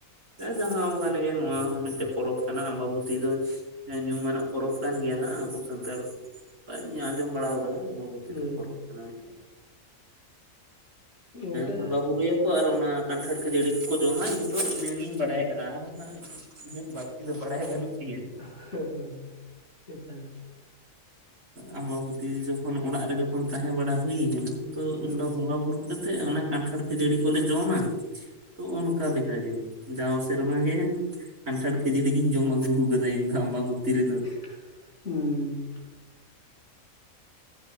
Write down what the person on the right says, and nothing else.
ᱡᱟᱦᱟᱸ ᱠᱟᱱ ᱜᱮ ᱱᱚᱣᱟ ᱦᱚᱸ ᱢᱤᱫᱴᱮᱱ ᱯᱚᱨᱚᱵᱽ ᱠᱟᱱᱟ ᱟᱢᱵᱟᱵᱚᱛᱤ ᱫᱚ᱾ ᱦᱮᱸ ᱧᱩᱢᱟᱱᱟᱜ ᱯᱚᱨᱚᱵᱽ ᱠᱟᱱ ᱜᱮᱭᱟ ᱦᱟᱸᱜ ᱟᱵᱚ ᱥᱟᱱᱛᱟᱲ ᱠᱚᱣᱟᱜ ᱟᱸᱡᱚᱢ ᱵᱟᱲᱟ ᱟᱠᱟᱫᱟ ᱚᱱᱟ ᱟᱵᱟᱵᱩᱛᱤ
<unintelligible> ᱯᱚᱨᱚᱵᱽ ᱠᱟᱱᱟ ᱢᱤᱫᱼᱼ
ᱵᱚᱸᱜᱟ ᱵᱩᱨᱩ ᱭᱟᱼᱼ ᱟᱨ ᱚᱱᱟ ᱠᱟᱱᱴᱷᱟᱲ ᱠᱷᱟᱹᱡᱟᱹᱲᱤ ᱠᱚᱠᱚ ᱡᱚᱢᱟ ᱤᱧ ᱫᱚ ᱤᱱᱟᱹᱜᱤᱧ ᱵᱟᱲᱟᱭᱟ ᱟᱨ ᱦᱟᱜ᱾ ᱤᱱᱟᱹᱜ ᱵᱟᱹᱲᱛᱤ ᱫᱚ ᱵᱟᱲᱟᱭ ᱵᱟᱹᱱᱩᱜ ᱛᱤᱧᱟᱹ
ᱟᱢᱵᱟᱵᱚᱛᱤ ᱡᱚᱠᱷᱚᱱ ᱚᱲᱟᱜ ᱨᱮ ᱡᱚᱠᱷᱚᱱ ᱛᱟᱦᱮᱸ ᱵᱟᱲᱟ ᱦᱩᱭ ᱠᱟᱱᱟ᱾ ᱛᱚ
ᱚᱱᱠᱟ ᱵᱚᱸᱜᱟ ᱵᱩᱨᱩ ᱠᱟᱛᱮᱜ ᱚᱱᱟ ᱠᱟᱱᱴᱷᱟᱲ ᱠᱷᱟᱹᱡᱟᱹᱲᱤ ᱠᱚᱞᱮ ᱡᱚᱢᱟ ᱛᱚ ᱚᱱᱠᱟ
ᱞᱮᱠᱟ ᱜᱮᱼᱼ ᱡᱟᱣ ᱥᱮᱨᱢᱟ ᱜᱮ ᱠᱟᱱᱴᱷᱟᱲ ᱠᱷᱟᱹᱡᱟᱹᱲᱤ ᱜᱤᱧ ᱡᱚᱢ ᱟᱹᱜᱩ ᱟᱠᱟᱫᱟ ᱤᱧ ᱫᱚ ᱟᱢᱵᱟᱵᱚᱛᱤ ᱨᱮᱫᱚᱼᱼ